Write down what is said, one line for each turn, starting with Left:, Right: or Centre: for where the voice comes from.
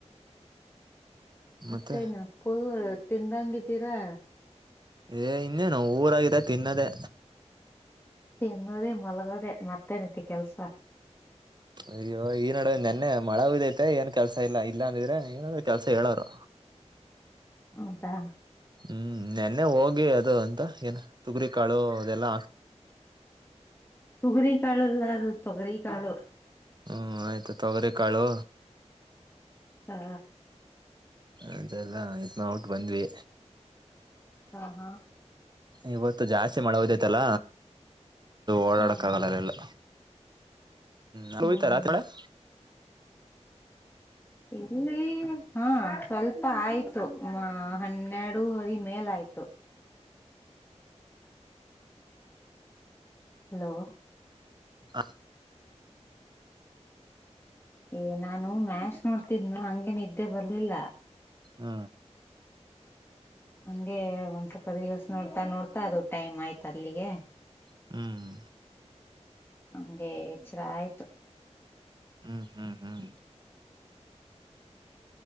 Left: ಮತ್ತೇನು
Right: ಮತ್ತೆ
Left: ಪೋಲ್ <unintelligible> ತಿಂದಂಗಿದ್ದೀರಾ
Right: ಏ ಇನ್ನೇನು ಊರಾಗಿದೆ ತಿನ್ನದೇ
Left: ತಿನ್ನದೇ ಮ್ ಮಲಗೋದೆೇ ಮತ್ತೇನಿತಿ ಕೆಲ್ಸ
Right: ಅಯ್ಯೋ ಈ ನೋಡ ನೆನ್ನೆ ಮಳಗ್ೈತೆ ಏನ್ ಕೆಲ್ಸ ಇಲ್ಲ ಇಲ್ಲ ಅಂದಿದ್ರೆ ಏನಾದ್ರೆ ಕೆಲ್ಸ ಹೇಳೋರು
Left: ಹೌದಾ
Right: ಹ್ಮ್ ನೆನ್ನೆ ಹೋಗ್ ಗೇ ಅದು ಅಂತ ಏನು ತುಗರಿ ಕಾಳು ಅದೆಲ್ಲ
Left: ತೊಗರಿ ಕಾಳು ಅಲ್ಲ ಅದು ತೊಗರಿ ಕಾಳು
Right: ಹ್ಮ ಆಯ್ತು ತೊಗರಿ ಕಾಳು
Left: ಹಾ
Right: ಅದೆಲ್ಲ ಇ ನ ಔಟ್ ಬಂದ್ವಿ
Left: ಹ ಹಾ
Right: ಇವತ್ತು ಜಾಸ್ತಿ ಮಳೆ ಹಓದೈತಲ್ಲ ಓಡಾಡಕ್ಕ
Left: ಹ್ಮ್
Right: ಆಗಲ್ಲಲ್ಲ ಎಲ್ಲ ಹ್ಮೋಯ್ತ
Left: ಹ್ಮ್ ಹ್ಮ್
Right: ರಾತ್ರಿ <inaudible>
Left: ಇಲ್ಲಿ ಹಾ ಸ್ವಲ್ಪ ಆಯ್ತು ಮ ಹನ್ನೆರಡುವರಿ ಮೇಲ ಆಯ್ತು ಹಲೋ
Right: ಹ
Left: ಏ ನಾನು ಮ್ಯಾಚ್ ನೋಡ್ತಿದ್ನ ಹಂಗಗೆನಿದ್ದೆ ಬರ್ಲಿಲ್ಲ
Right: ಹ್ಮ
Left: ಹಂಗೆ ಒಂದ್ ಸ್ವಲ್ಪ ದಿವಸ ನೋಡ್ತಾ ನೋಡ್ತಾ ಅದು ಟೈಮ್ ಆಯ್ತು ಅಲ್ಲಿಗೆ
Right: ಹ್ಮ್
Left: ಹಗೆ ಎ ಚರ ಆಯ್ತು
Right: ಹ್ಮ್ ಹ್ಮ್ ಹ್ಮ್